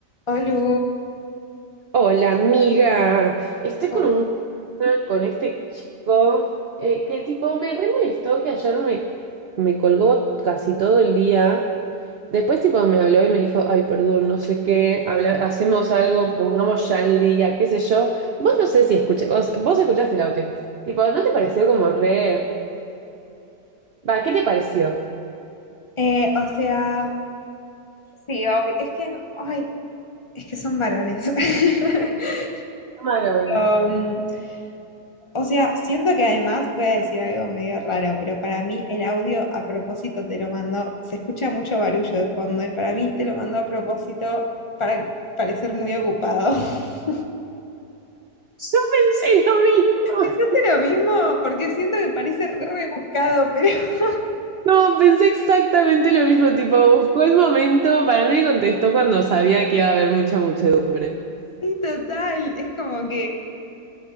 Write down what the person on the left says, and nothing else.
Olu,
Obvio.
eh, o sea, sí, ob- es que, no- ay, es que son varones. <laughs>
Um, o sea, siento que además voy a decir algo medio raro, pero para mí el audio a propósito te lo mandó, se escucha mucho barullo de fondo y para mí te lo mandó a propósito para parecer muy ocupado. <laughs>
¿Pensaste lo mismo? Porque siento que parece re rebuscado, pero <laughs>
sí, total, es como que,